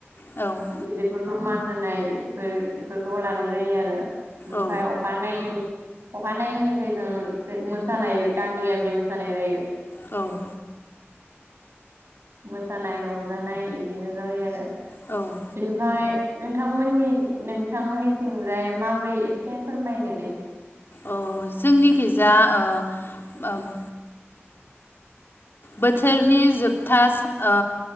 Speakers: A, on the left; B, on the right.
A: औ।
B: गिदिरफोरखौ मान होनाय एफोर एफोरखौ लानाय जायो आरो। ओमफफ्राय
A: औ
B: अखा नायैनि अखानायैनिफ्राय जों मोसानाय गामि गामि मोसानाय जायो।
A: औ।
B: मोसानाय, रंजानाय इबेनो जाबाय आरो।
A: औ।
B: बेनिफाय नोंथांमोननि नोंथांमोननिथिंजाय माबोरै एसे फोरमायदो दे।
A: औ जोंनिखिजा ओ बाम बोथोरनि जोबथास ओ